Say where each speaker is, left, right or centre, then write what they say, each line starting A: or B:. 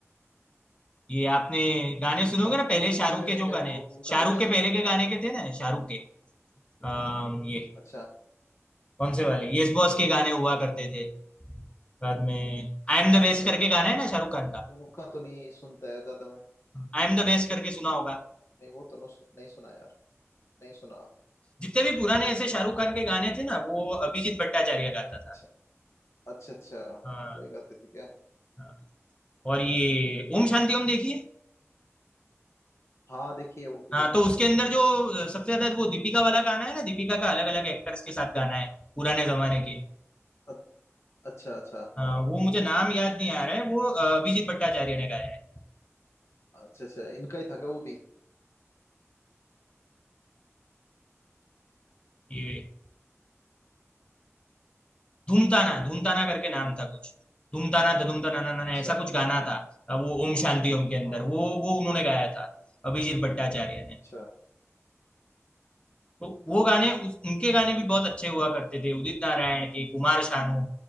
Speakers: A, on the left; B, on the left.
A: ये आपने गाने
B: अच्छा
A: सुने होंगे ना
B: वो
A: पहले
B: भी
A: शाहरुख
B: सिंगर
A: के
B: है
A: जो
B: क्या
A: गाने
B: वो
A: हैं
B: तो उनका
A: शाहरुख
B: तो ध्यान
A: के
B: नहीं
A: पहले
B: यार
A: के
B: मेरे
A: गाने
B: को
A: के थे ना शाहरुख के अम, ये
B: अच्छा
A: कौन से वाले यस बॉस के गाने हुआ करते थे बाद में आई एम द बेस्ट
B: अच्छा
A: करके गाना है ना शाहरुख खान का
B: उनका तो नहीं सुनता है ज्यादा मैं
A: आई एम द बेस्ट करके सुना होगा
B: नहीं वो तो नो, नहीं सुना यार नहीं सुना
A: जितने भी पुराने ऐसे शाहरुख खान के गाने थे ना वो अभिजीत भट्टाचार्य गाता
B: अच्छा
A: था
B: अच्छा अच्छा
A: हाँ
B: वही गाते थे क्या
A: हाँ। और ये ओम शांति ओम देखिए
B: हाँ देखिए वो भी
A: हाँ
B: देखिए
A: तो उसके अंदर जो सबसे ज्यादा वो दीपिका वाला गाना है ना दीपिका का अलग अलग एक्टर्स के साथ गाना है पुराने जमाने के
B: अ- अच्छा अच्छा
A: हाँ,
B: हाँ
A: वो मुझे नाम याद नहीं आ रहा है वो अ, अभिजीत भट्टाचार्य ने गाया है
B: अच्छा अच्छा इनका ही था क्या वो भी
A: ये धूमताना धूमताना करके नाम था कुछ धूमताना था धूमताना ना ना
B: अच्छा
A: ना ऐसा कुछ गाना था अ, वो ओम शांति ओम के अंदर
B: हाँ
A: वो वो उन्होंने गाया था अभिजीत भट्टाचार्य ने
B: अच्छा
A: तो वो गाने उस- उनके गाने भी बहुत अच्छे हुआ करते थे उदित नारायण के कुमार शानू